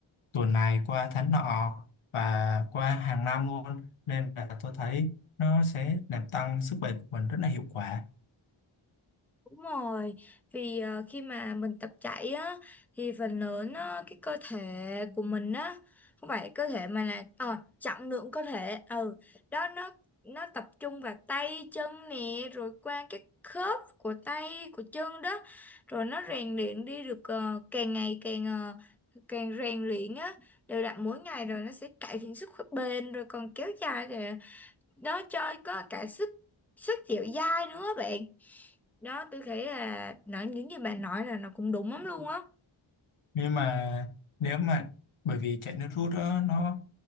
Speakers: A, on the left (about 80°); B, in the centre.
A: tuần này qua tháng nọ và qua hàng năm luôn nên là tôi thấy nó sẽ làm tăng sức bền của mình rất là hiệu quả
B: Đúng rồi, vì ờ, khi mà mình tập chạy á thì phần lớn á, cái cơ thể của mình á không phải cơ thể mà là ờ, trọng lượng cơ thể ừ đó nó nó tập trung vào tay chân nè rồi qua cái khớp của tay của chân đó rồi nó rèn luyện đi được ờ, càng ngày càng ờ, càng rèn luyện á đều đặn mỗi ngày rồi nó sẽ cải thiện sức khỏe bền rồi còn kéo dài rồi nó cho có cả sức sức dẻo dai nữa bạn đó tôi thấy là nói những gì bạn nói là nó cũng đúng lắm luôn á
A: nhưng mà nếu mà bởi vì chạy nước rút đó, nó